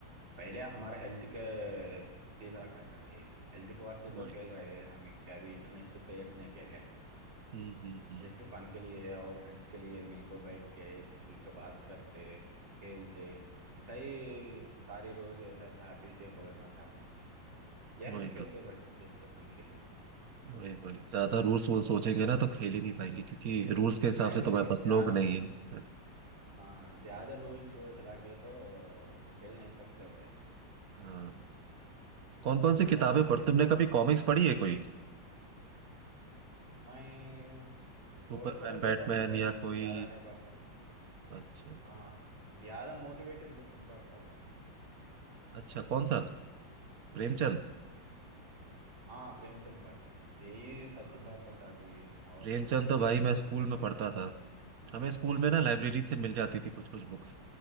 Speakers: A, on the right; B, on the right.
A: पहले हमारा हेल्थ के सीधा रखना चाहिए हेल्थ के वास्ते
B: वही
A: तो खेल रहे हैं हमें क्या भी इंटरनेशनल प्लेयर्स ने क्या क्या
B: हम्म हम्म हम्म,
A: जस्ट फन के लिए और फ्रेंड्स के लिए मिलकर बैठ के शुल्क बात करते खेलते ऐसा ही सारी रोज ऐसा हैप्पी से होना चाहता है इसलिए
B: वही
A: हमें खेलते
B: तो
A: भाई जस्ट फन के लिए
B: वही वही ज्यादा रूल्स वो सोचेंगे ना तो खेल ही नहीं पाएंगे क्योंकि रूल्स के
A: नहीं
B: हिसाब
A: भाई
B: से तुम्हारे पास
A: ज्यादा
B: लोग नहीं है
A: हाँ ज्यादा रूल्स लग रहे तो खेल नहीं सकते भाई
B: हाँ कौन कौन सी
A: होता
B: किताबें
A: अच्छा नहीं क्या
B: पढ़
A: यार
B: तुमने कभी कॉमिक्स पढ़ी है कोई
A: मैं
B: सुपरमैन
A: थोड़े थोड़े से
B: बैटमैन
A: पढ़ता भाई
B: या कोई
A: ज्यादा नहीं पढ़ता
B: अच्छा
A: हाँ ज्यादा मोटिवेटेड बुक्स पढ़ता भाई
B: अच्छा कौन सा प्रेमचंद
A: हाँ प्रेमचंद पढ़ता यही सच्ची
B: हाँ।
A: बात बताती हुई और
B: प्रेमचंद
A: थोड़े
B: तो भाई
A: मोटिवेट
B: मैं स्कूल
A: करते
B: में पढ़ता था हमें स्कूल में ना लाइब्रेरी
A: हैं
B: से मिल जाती थी कुछ कुछ बुक्स